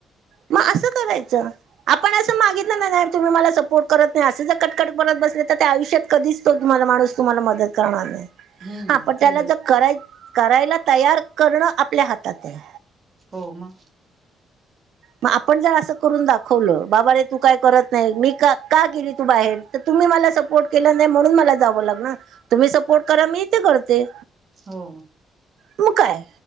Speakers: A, on the right; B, on the right.
A: मग असं करायचं. आपण असं मागितलं नाही नाही तुम्ही मला सपोर्ट करत नाही. असं जर क -बघत बसले तर त्या आयुष्यात कधी तो माणूस तुम्हाला मदत करणार नाही.
B: हम्म
A: हा पण त्याला
B: ते
A: जर कराय करायला तयार करणं आपल्या हातात आहे.
B: हो मग.
A: मग आपण जर आसं करुन दाखव खवलं बाबा रे तू काय करत नाही, मी का का गेली तू बाहेर तर तुम्ही मला सपो सपोर्ट केला नाही म्हणून मला जावं लागणार, तुम्ही सपोर्ट करा मी इथे करते.
B: हो
A: मग काय,